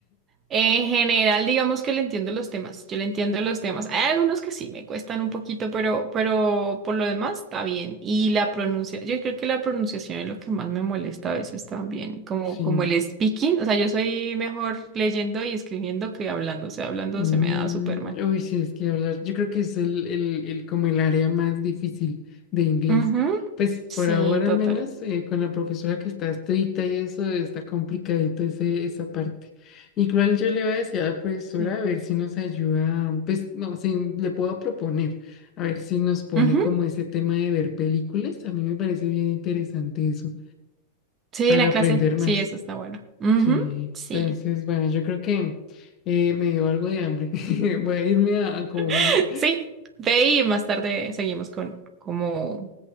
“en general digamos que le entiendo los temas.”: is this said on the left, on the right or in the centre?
Right